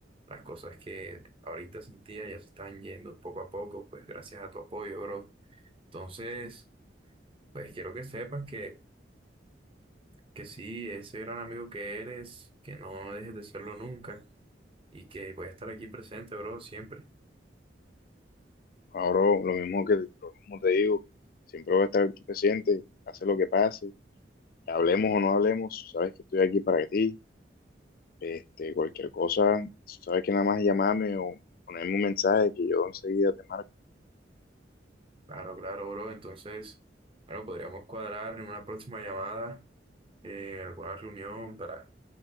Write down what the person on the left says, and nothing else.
Ahora lo mismo que lo mismo te digo, siempre voy a estar aquí presente, pase lo que pase, hablemos o no hablemos, sabes que estoy aquí para ti Este, cualquier cosa, sabes que nada más llamarme o ponerme un mensaje que yo enseguida te marco.